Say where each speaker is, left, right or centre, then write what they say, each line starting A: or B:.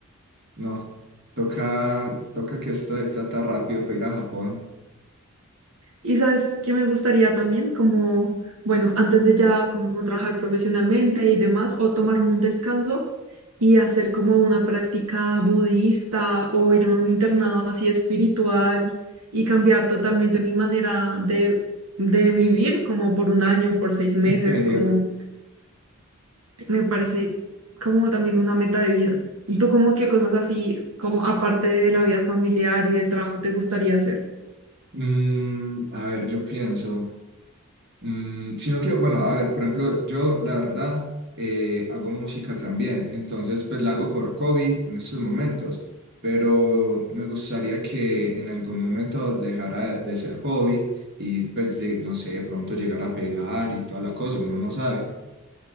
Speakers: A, on the right (about 50°); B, on the right (about 80°).
A: no, toca, toca que esto de plata rápido para ir a Japón,
B: Y sabes que me gustaría también, como, bueno, antes de ya como trabajar profesionalmente y demás, o tomarme un descanso y hacer como una práctica budista o irme a un internado así espiritual y cambiar totalmente mi manera de, de vivir, como por un año, por seis meses,
A: en serio.
B: como me parece como también una meta de vida. ¿Y tú como qué cosas así, como aparte de la vida familiar y del trabajo, te gustaría hacer?
A: Mm, a ver, yo pienso. Mm, sino que, bueno, a ver, por ejemplo, yo la verdad eh, hago música también, entonces pues la hago por hobby en estos momentos, pero me gustaría que en algún momento dejara de ser hobby y pues de- no sé, de pronto llegar a pegar y toda la cosa, uno no sabe.